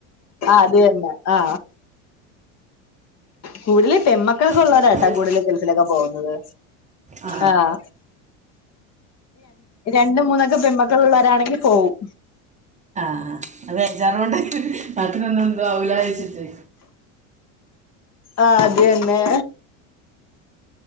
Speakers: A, on the left; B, on the right.
A: ആ അത തന്നെ ആ കൂടുതൽ പെമക്കളൊക്കെ ഉള്ളവരട്ടാ
B: അങ്ങനെ.
A: കൂടുതൽ ഗൾഫിലൊക്കെ പോകുന്നത്......
B: ആ
A: ആഹ രണ്ട് മൂന്നൊക്കെ പെമക്കള് ഉള്ളവരാണെങ്കിൽ പോവും
B: ആ ബേജാറോണ്ട് നാട്ടില് നിന്ന എന്തും ആവൂല വിചാരിച്ചിട്ട്
A: ആ അത് തന്നെ